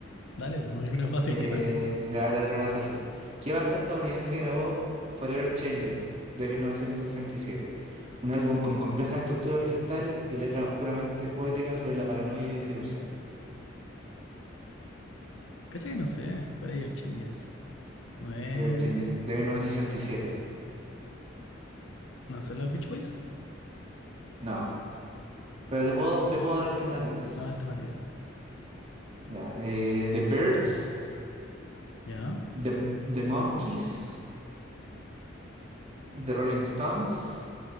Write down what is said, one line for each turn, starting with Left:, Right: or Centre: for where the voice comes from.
Left: Dale, pues alguna fácil
Right: Eh,
Left: que toque.
Right: ya, ya era una fácil. ¿Qué banda estadounidense grabó Forever Changes de 1967? Un álbum con complejas estructuras orquestales y letras oscuramente poéticas sobre la paranoia y desilusión.
Left: Cacha que no sé, el Changes. No es.
Right: Forever Changes de 1967.
Left: ¿No son los Beach Boys?
Right: No, pero te puedo, te puedo dar alternativas.
Left: No es alternativa.
Right: Ya, eh, The Birds,
Left: ¿Ya?
Right: The, The Monkees, The Rolling Stones